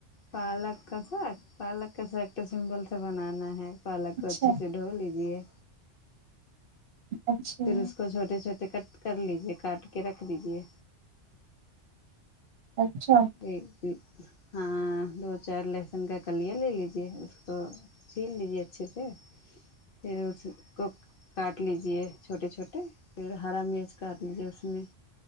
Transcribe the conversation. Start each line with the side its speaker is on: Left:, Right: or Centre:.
Left: پالک کا ساگ پالک کا ساگ تو سمپل سے بنانا ہے پالک
Right: اچھا
Left: کو اچھے سے دھو لیجیے
Right: اچھا
Left: پھر اس کو چھوٹے چھوٹے کٹ کر لیجیے کاٹ کے رکھ دیجیے
Right: اچھا
Left: ایک ہاں دو چار لہسن کا کلیا لے لیجیے اس کو چھیل لیجیے اچھے سے پھر اس کو کاٹ لیجیے چھوٹے چھوٹے پھر ہرا مرچ کاٹ لیجیے اس میں